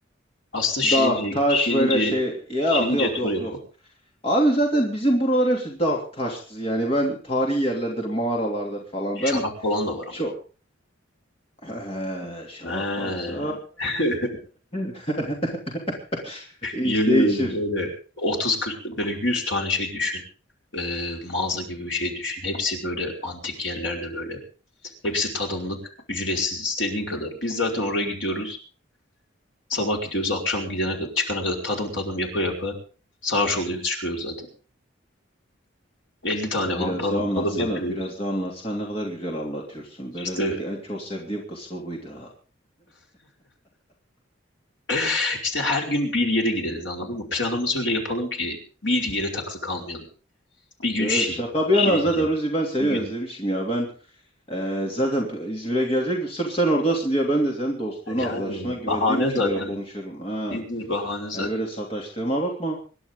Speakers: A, on the left; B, on the left.
A: Aslında Şirince,
B: Dağ, taş
A: Şirince,
B: böyle şey yok
A: Şirince
B: yok
A: turu
B: yok
A: yapalım.
B: yok. Abi zaten bizim buralar hepsi dağ taştır yani ben tarihi yerlerdir mağaralardır falan
A: Şarap
B: ben
A: falan da var ama.
B: çok <laughs> şarap
A: He.
B: varsa
A: <laughs>
B: <laughs> iş
A: Yemin
B: değişir.
A: ederim böyle 30-40 böyle 100 tane şey düşün. Ee, mağaza gibi bir şey düşün. Hepsi böyle antik yerlerde böyle. Hepsi tadımlık, ücretsiz, istediğin kadar. Biz zaten oraya gidiyoruz. Sabah gidiyoruz, akşam gidene kadar, çıkana kadar tadım tadım yapa yapa sarhoş oluyoruz, çıkıyoruz zaten. 50 tane
B: Da
A: falan
B: biraz
A: tadım,
B: daha anlatsana
A: tadım yapıyoruz.
B: biraz daha anlatsana ne kadar güzel anlatıyorsun. Böyle
A: İşte
B: belki en çok sevdiğim kısmı buydu
A: <laughs> işte her gün bir yere gideriz anladın mı? Planımızı öyle yapalım ki bir yere takılı kalmayalım. Bir gün
B: Yo,
A: Şi-
B: şaka bir
A: Şirince,
B: yana zaten Ruzi ben seni
A: bir gün
B: özlemişim ya. Ben e, zaten p- İzmir'e gelecektim. Sırf sen oradasın diye ben de senin dostluğuna,
A: yani
B: arkadaşlığına güvendiğim
A: bahane
B: için
A: zaten
B: böyle konuşuyorum. Ha.
A: İzmir bahane zaten.
B: Yani böyle sataştığıma bakma.